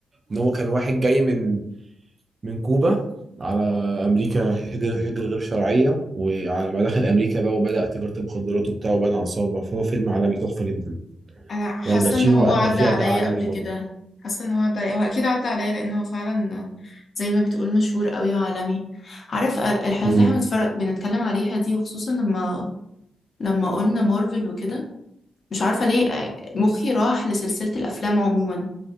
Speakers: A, on the right; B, on the left.
A: ان هو كان واحد جاي من من كوبا على امريكا هجر هجر غير شرعية وعلى ما دخل امريكا بقى وبدأ تجارة المخدرات وبتاع وبنى عصابة فهو فيلم عالمي تحفة جدا
B: انا حاسه
A: والباتشينو
B: ان هو
A: ادى
B: عدى
A: فيه
B: عليا
A: اداء عالمي
B: قبل
A: برضه
B: كده حاسه ان هو عدى عليا هو اكيد عدى عليا لان هو فعلا زي ما بتقول مشهور قوي وعالمي عارف آه، الحاجات
A: امم
B: اللي احنا بنتفرج بنتكلم عليها دي وخصوصا لما لما قلنا مارفل وكده مش عارفة ليه آه، مخي راح لسلسلة الأفلام عموما